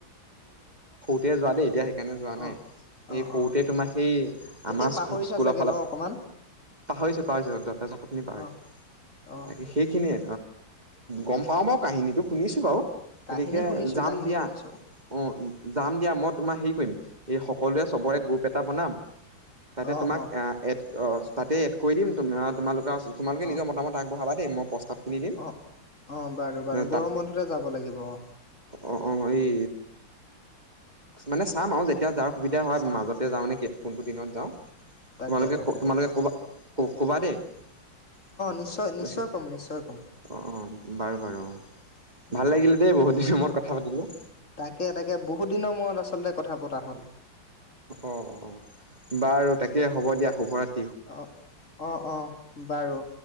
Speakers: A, on the right (about 20°); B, on the left (about 40°).
A: তে যোৱা দে এতিয়া সেইকাৰণে যোৱা নাই
B: অঁ
A: এই
B: অঁ
A: সৰুতে
B: অঁ
A: তোমাৰ সেই আমাৰ
B: এতিয়া পাহৰিছা
A: স্কুলৰ
B: চাগে
A: ফালত
B: ন অকণমান
A: পাহৰিছো পাহৰিছো যথেষ্টখিনি পাহৰিছো
B: অঁ অঁ
A: তাকে সেইখিনিয়ে গম পাওঁ বাৰু কাহিনীটো শুনিছোঁ বাৰু
B: কাহিনী
A: গতিকে
B: শুনিছোঁ
A: যাম
B: কাহিনী
A: দিয়া
B: শুনিছোঁ
A: অঁ যাম দিয়া মই তোমাৰ হেৰি কৰিম এই সকলোৱে চবৰে গ্ৰুপ এটা বনাম তাতে
B: অঁ
A: তোমাক
B: অঁ
A: এড। তাতে এড কৰি দিম অ তোমালোক। তোমালোকে নিজৰ
B: অঁ
A: মতা মত আগবঢ়াবা। এই মই প্ৰস্তাৱ। কি দিম
B: অ অ বাৰু বাৰু
A: হে তাত
B: গৰম বন্ধতে যাব লাগিব অ
A: অ অ এই। মানে চাম আৰু। য়েতিয়া যাৰ সুবিধা হয়
B: চাম
A: মাজত। এতিয়া
B: চাম
A: যাও নে ফোন কৰিছে। দিনত যাওঁ।
B: তাকে
A: তোমালোকে
B: তাকে
A: তোমালোকে ক'বা। ক'বা দেই। অ
B: নিশ্চয় নিশ্চয় ক'ম নিশ্চয় ক'ম
A: অ অ বাৰু বাৰু অ ভাল
B: বাৰু
A: লাগিলে দেই বহুত দিনৰ মোৰত কথা পাতিলো।
B: তাকে তাকে বহুত দিনৰ মূৰত আচলতে কথা পতা হ'ল।
A: অ অ বাৰু তাকে হ'ব দিয়া শুভ ৰাত্ৰি।
B: অঁ অঁ অঁ বাৰু